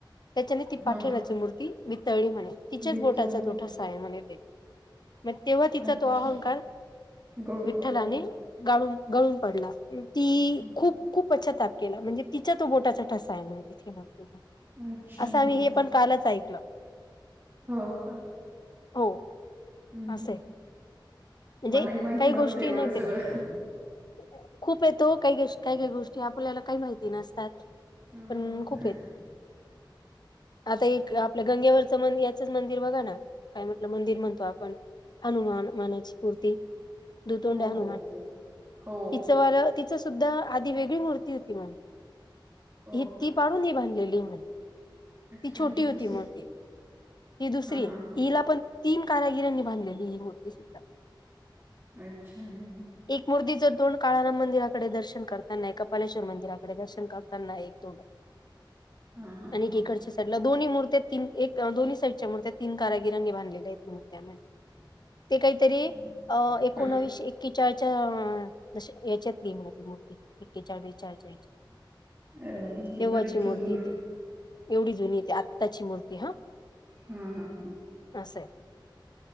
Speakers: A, on the left; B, on the right.
A: त्याच्याने ती
B: हां,
A: पाखेनाची
B: हां.
A: मूर्ती वितळली म्हणे... तिच्याच
B: वितळले.
A: बोटाचा तो ठसा आहे म्हणे ते. मग, तेव्हा तिचा
B: अच्छा.
A: तो अहंकार...
B: गळून
A: विठ्ठलाने
B: पडला बा.
A: गाळून, गळून पडला. ती...
B: हं.
A: खूप, खूप पश्चाताप केला, म्हणजे तिच्या तो बोटाचा ठसा आहे म्हणे तिथे <unintelligible>
B: अच्छा
A: असं आम्ही
B: हा...
A: हे पण कालच ऐकलं
B: हो का?
A: हो.
B: हं, हं,
A: आसं ए...
B: हं.
A: म्हणजे,
B: मलाही माहिती
A: काई
B: नव्हतं
A: गोष्टी
B: एवढं
A: येणार
B: सगळं.
A: तेनी <unintelligible> खूप हायत ओ... काई गोष्टी... काई काई गोष्टी आपल्याला काही माहिती नसतात,
B: हं.
A: पण खूप हेत.
B: <unintelligible>
A: आता एक... आपलं गंगेवरचं, याचंच मंदिर बघा ना, काय म्हटलं, मंदिर म्हणतो आपण. हनुमान, मानाची मूर्ती, दुतोंड्या
B: हो,
A: हनुमान...
B: हो. हो.
A: इचंवालं तिचं सुद्धा... आधी वेगळी मूर्ती होती म्हणे.
B: हो
A: ही,
B: का?
A: ती पाडूनी बांधलेली ए म्हणे
B: अच्छा
A: ती छोटी
B: ही
A: होती
B: दुसरी
A: मूर्ती... ही दुसरी
B: हां,
A: ए,
B: हां, हां.
A: हिला पण तीन कारागिरांनी बांधलेली, ही मूर्ती सुद्धा.
B: अच्छा. हं, हं.
A: एक मूर्तीचं तोंड काळाराम मंदिराकडे दर्शन करताना, एक कपालेश्वर मंदिराकडे दर्शन करताना, एक तोंडात,
B: हां, हां, हां,
A: आणि ऐकी कडच्या
B: हां.
A: त्यातल्या दोन्ही मूर्त्या तीन, एक... दोनी साईटच्या मुर्त्या, तीन कारागीरांनी बांधलेल्या हेत मूर्त्या
B: <unintelligible>
A: ते काईतरी,
B: हं.
A: अं... एकोणवीसशे
B: हां.
A: एक्केचाळच्या दश... येच्यात. <unintelligible> मूर्ती ऐक्केचाळ, बेचाळच्या हेच्यात...
B: अरे बापरे! म्हणजे
A: तेव्हाची
B: बरीच
A: मूर्ती
B: जुनी
A: ए ती. एवढी जुनी ए ती... आत्ताची मूर्ती हा,
B: हां, हां, हां.
A: असं ए.